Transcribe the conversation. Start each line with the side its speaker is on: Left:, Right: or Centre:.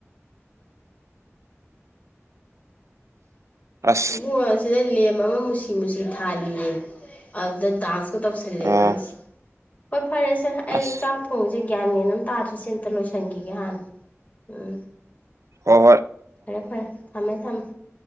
Right: ꯑꯁ
Left: ꯏꯕꯨꯡꯉꯣ ꯑꯁꯤꯗ ꯂꯦꯝ ꯑꯃ ꯃꯨꯁꯤ ꯃꯨꯁꯤ ꯊꯥꯜꯂꯤꯌꯦ ꯑꯗꯨꯗ ꯗꯥꯟꯁ ꯇꯧꯁꯜꯂꯦ
Right: ꯑꯣ
Left: ꯑꯉꯥꯡꯁꯤ ꯍꯣꯏ ꯐꯔꯦ ꯁꯦ ꯑꯩ
Right: ꯑꯁ
Left: ꯆꯥꯛ ꯊꯣꯡꯕꯖ ꯒ꯭ꯌꯥꯟ ꯃꯦꯟ ꯑꯝ ꯇꯥꯗ꯭ꯔꯦ ꯁꯤ ꯑꯝꯇ ꯂꯣꯏꯁꯤꯟꯈꯤꯒꯦ ꯍꯥꯟꯅ ꯎꯝ
Right: ꯍꯣꯍꯣꯏ
Left: ꯐꯔꯦ ꯐꯔꯦ ꯊꯝꯃꯦ ꯊꯝꯃꯦ